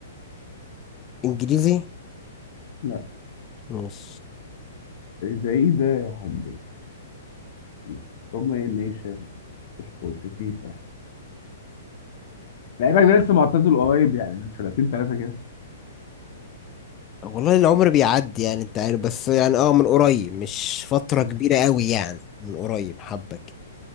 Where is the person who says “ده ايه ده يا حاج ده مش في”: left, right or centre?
Left